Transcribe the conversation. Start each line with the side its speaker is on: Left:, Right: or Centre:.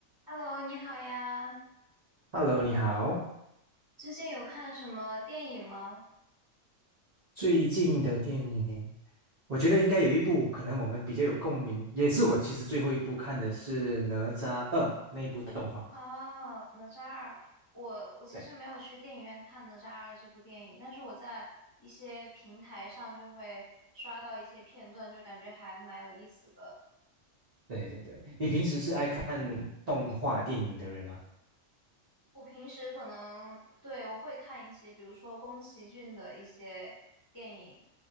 Left: Hello，你好呀！
Right: Hello，你好。
Left: 最近有看什么电影吗？
Right: 最近的电影，我觉得应该有一部可能我们比较有共鸣，也是我其实最后一部看的是《哪吒二》那一部动画。
Left: 哦，哪吒二，我我其实没有去电影院看哪吒二这部电影，
Right: 对
Left: 但是我在一些平台上就会刷到一些片段，就感觉还蛮有意思的。
Right: 对对对，你平时是爱看动画电影的人吗？
Left: 我平时可能，对，我会看一些，比如说宫崎骏的一些电影，